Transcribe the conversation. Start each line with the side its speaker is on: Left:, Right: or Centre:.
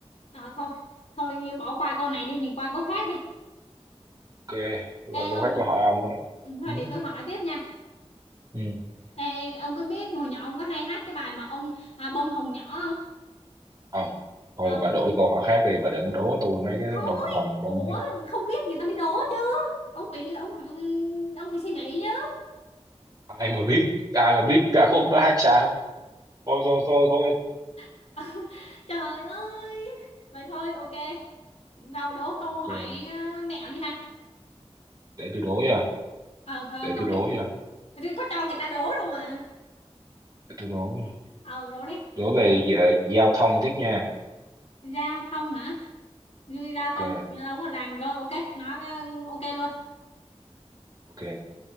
Left: ờ thôi thôi bỏ qua câu này đi mình qua câu khác đi
Right: ok rồi
Left: Ê
Right: câu
Left: ông
Right: khác tôi hỏi ông á.
Left: Ừ, thôi
Right: ừ
Left: để tôi hỏi tiếp nha.
Right: ừ
Left: Ê, ông có biết hồi nhỏ ông có hay hát cái bài mà ông à, bông hồng nhỏ không?
Right: Ờ, thôi
Left: Ờ,
Right: bà đổi câu hỏi khác đi bà đừng đố tôi mấy cái đó
Left: thôi,
Right: bông hồng bông
Left: ủa không biết người ta mới đố chứ. Ông phải ông phải ông phải suy nghĩ chứ.
Right: ai mà biết ai mà biết ca khúc đó hát sao thôi thôi thôi thôi
Left: <laughs> Trời ơi. Vậy thôi ok. Đâu đố câu
Right: ok
Left: hỏi à, mẹo đi ha.
Right: để tôi đố nha
Left: Ờ thôi ông
Right: để
Left: đố
Right: tôi đố
Left: đi.
Right: nha
Left: Thì có cho người ta đố đâu mà.
Right: để tôi đố nha
Left: Ờ đố đi.
Right: đố về ờ, giao thông tiếp nha
Left: Giao thông hả? Giao
Right: ok
Left: thông đâu có rành rồi ok, nói ừ, ok luôn.
Right: ok